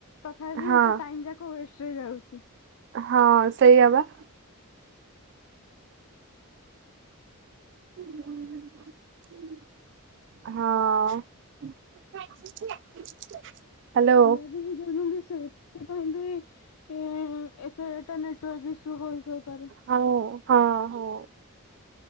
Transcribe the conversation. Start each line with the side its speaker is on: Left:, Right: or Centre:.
Left: ତଥାପି
Right: ହଁ
Left: ସେ ଟାଇମ ଯାକ ୱେଷ୍ଟ ରେ ଯାଉଚି।
Right: ହଁ, ସେଇଆ ବା। <inaudible> ହଁ। ହ୍ୟାଲୋ।
Left: ପିଲା ବି ହେଇଯାଉଛନ୍ତି ସେଥିପାଇଁ ବି ଏ ତ ଏଇଟା ନେଟୱାର୍କ ଇସ୍ୟୁ ହେଇ ହେଇପାରେ।
Right: ହଉ ହଁ ହଉ।